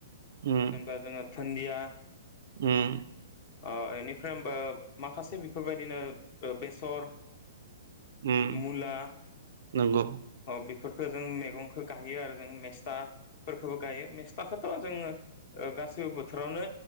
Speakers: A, on the right (about 55°); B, on the left (about 40°).
A: उम
B: जेनबा जोङो थोन्दिया
A: उम
B: अ एनिफ्राय ओमबो माखासे बिफोरबायदिनो बेसर
A: उम
B: मुला
A: नंगौ
B: बेफोर जों मैगंखौ गायो आरो जों मेस्थाफोरखौबो गायो मेस्थाखौथ' जों ओ सैबो बोथोरावनो